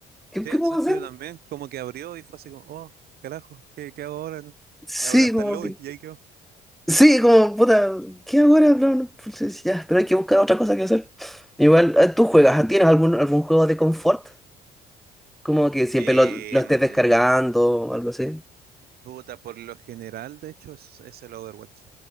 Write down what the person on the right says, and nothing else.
sí, exacto,
yo también. Como que abrió y fue así como, oh, carajo, ¿qué, qué hago ahora?
Abrió hasta
el lobby
y ahí quedó.
Em,
Puta, por lo general, de hecho, es, es el Overwatch.